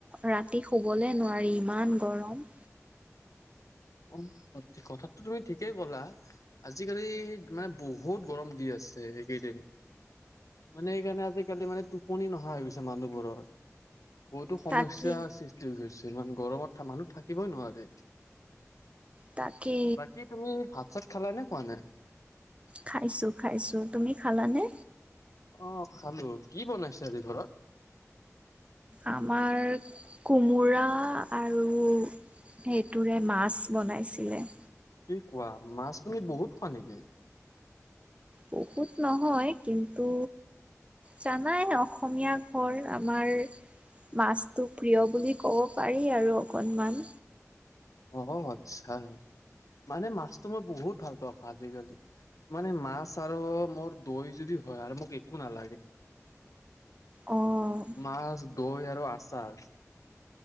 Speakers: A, on the right; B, on the left.
A: ৰাতি শুবলে নোৱাৰি ইমান গৰম।
B: অ' কথাটোটো তুমি ঠিকেই ক'লা আজিকালি মানে বহুত গৰ গৰম দি আছে এইকেইদিন। মানে সেইকাৰণে আজিকালি মানে টোপনি নহা হৈ গৈছে মানুহবোৰৰ। বহুতো সমস্যাৰ
A: তাকে।
B: সৃষ্টি হৈ গৈছে, ইমান গৰমত মানুহ থাকিবই নোৱাৰে।
A: তাকে
B: বাকী তুমি ভাত-চাত খালা নে খোৱা নাই?
A: খাইছোঁ খাইছোঁ। তুমি খালানে?
B: অ' খালোঁ। কি বনাইছে আজি ঘৰত?
A: আমাৰ কোমোৰা আৰু সেইটোৰে মাছ বনাইছিলে।
B: কি কোৱা? মাছ তুমি বহুত খোৱা নেকি?
A: বহুত নহয় কিন্তু জানাই অসমীয়া ঘৰ আমাৰ মাছটো প্ৰিয় বুলি ক'ব পাৰি আৰু অকনমান।
B: অ' আচ্ছা মানে মাছটো মই বহুত ভাল পাওঁ খাই আজিকালি। মানে মাছ আৰু মোৰ দৈ যদি হয় আৰু মোক একো নালাগে।
A: অ'
B: মাছ, দৈ আৰু আচাৰ।